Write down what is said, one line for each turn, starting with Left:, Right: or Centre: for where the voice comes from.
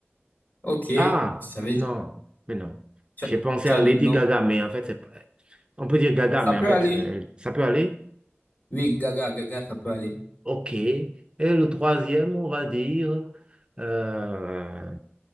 Left: ok. Je
Right: Ah,
Left: savais,
Right: non, mais non.
Left: tu
Right: J'ai
Left: as
Right: pensé
Left: tu
Right: à
Left: as
Right: Lady
Left: d'autres noms?
Right: Gaga, mais en fait, c'est pas- on peut dire Gaga,
Left: Ça
Right: mais
Left: peut
Right: en fait,
Left: aller.
Right: euh, ça peut aller.
Left: Oui, Gaga, Gaga, ça peut aller.
Right: OK. Et le troisième, on va dire euh,